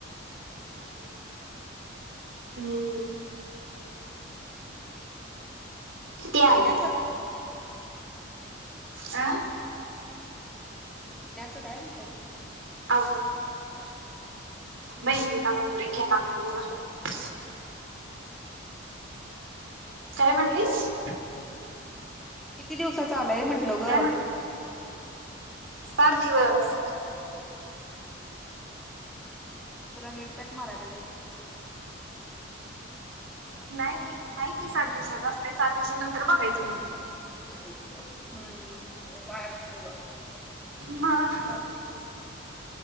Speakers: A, in the centre; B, on the right.
A: डेटा डेटा हा हा.
B: हम्म
A: बरो किती
B: ते आलंय
A: महिन्याच
B: आ.
A: किती महिन्याचं काय म्हटलं.
B: हाव. माहित नाही काग बरे घ्या लागलाय तुझ. काय म्हणलीस?
A: किती दिवसाचा आलाय म्हंटल ग.
B: काय म्हण सात दिवस.
A: मग तुला नेटपॅक मारायला पाहिजे.
B: नाही नाही आहे की सात दिवसाच असतंय सात दिवसानंतर बघायचं मग
A: इथ बस हे बाहेर नको ग. चालतंय.
B: मग